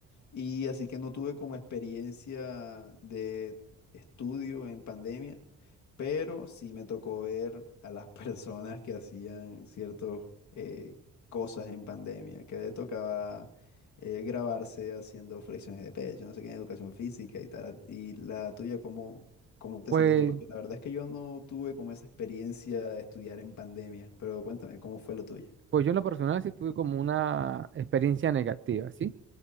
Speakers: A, on the left; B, on the right.
A: Y así que no tuve como experiencia de estudio en pandemia, pero sí me tocó ver a las <laughs> personas que hacían ciertas cosas en pandemia, que les tocaba eh, grabarse haciendo flexiones de pecho, no sé qué, en educación física y tal. Y la tuya, ¿cómo, cómo te
B: Pues,
A: sentiste? Porque la verdad es que yo no tuve como esa experiencia de estudiar en pandemia, pero cuéntame, ¿cómo fue lo tuya?
B: pues yo en lo personal sí tuve como una experiencia negativa, ¿sí?